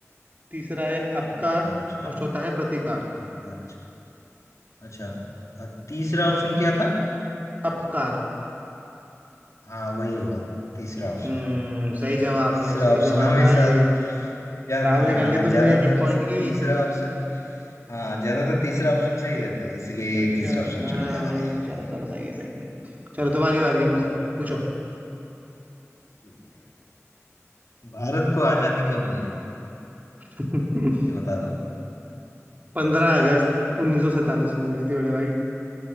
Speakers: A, on the right (about 35°); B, on the left (about 80°).
A: तीसरा है अपकार
B: उपकार अच्छा
A: और चौथा है प्रतिकार
B: अपकार अच्छा अच्छा अ, तीसरा ऑप्शन क्या था
A: अपकार
B: हाँ वही होगा तीसरा ऑप्शन
A: हम्म सही
B: क्योंकि
A: जवाब
B: तीसरा
A: है सही
B: ऑप्शन
A: जवाब
B: हमेशा
A: भाई
B: ज्या-
A: बराबरी
B: हाँ
A: कर ली तुमने
B: ज्यादातर
A: एक एक पॉइंट की
B: तीसरा ऑप्शन हाँ ज्यादातर तीसरा ऑप्शन सही रहता है इसीलिए
A: अच्छा
B: तीसरा ऑप्शन
A: हाँ
B: चुन लिया
A: भाई
B: मैंने
A: चलो
B: <laughs>
A: चलो सही है सही है चलो तुम्हारी बारी है पचा पूछो
B: ठीक है भारत को आजादी कब मिली थी
A: <laughs>
B: ये बता दो <laughs>
A: पंद्रह अगस्त उन्नीस सौ सैतालीस में मिली थी बड़े भाई